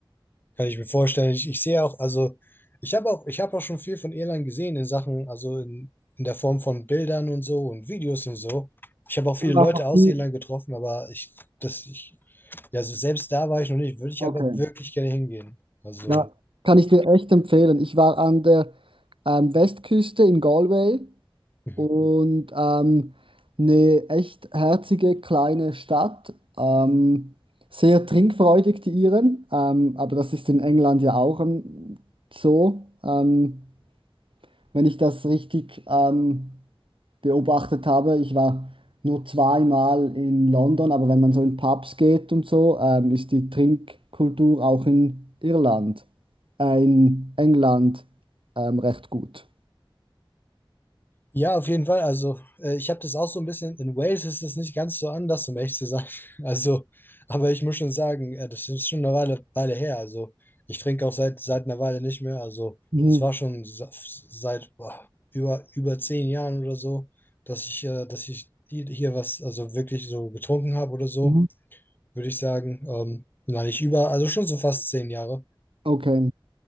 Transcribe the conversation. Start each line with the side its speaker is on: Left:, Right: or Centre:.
Left: Kann ich mir vorstellen. Ich, ich sehe auch, also ich habe auch, ich habe auch schon viel von Irland gesehen in Sachen, also in, in der Form von Bildern und so und Videos und so. Ich habe auch
Right: Und
Left: viele Leute
Right: auch noch
Left: aus
Right: die,
Left: Irland getroffen, aber ich, das, ich, ja, also selbst da war ich noch nicht, würde ich
Right: okay,
Left: aber wirklich gerne hingehen. Also,
Right: ja, kann ich dir echt empfehlen. Ich war an der ähm, Westküste in Galway
Left: mhm.
Right: und ähm, eine echt herzige kleine Stadt. Ähm, sehr trinkfreudig, die Iren, ähm, aber das ist in England ja auch ähm, so. Ähm, wenn ich das richtig ähm, beobachtet habe, ich war nur zweimal in London, aber wenn man so in Pubs geht und so, ähm, ist die Trinkkultur auch in Irland, äh, in England ähm, recht gut.
Left: Ja, auf jeden Fall. Also, äh, ich habe das auch so ein bisschen. In Wales ist es nicht ganz so anders, um ehrlich zu sein. <laughs> Also, aber ich muss schon sagen, äh, das ist schon eine Weile, Weile her. Also, ich trinke auch seit, seit einer Weile nicht mehr. Also,
Right: Mhm.
Left: es war schon sa- seit boah, über, über zehn Jahren oder so, dass ich, äh, dass ich hier hier was, also wirklich so getrunken habe oder so,
Right: Mhm.
Left: würde ich sagen. Ähm, nein, nicht über, also schon so fast zehn Jahre.
Right: Okay.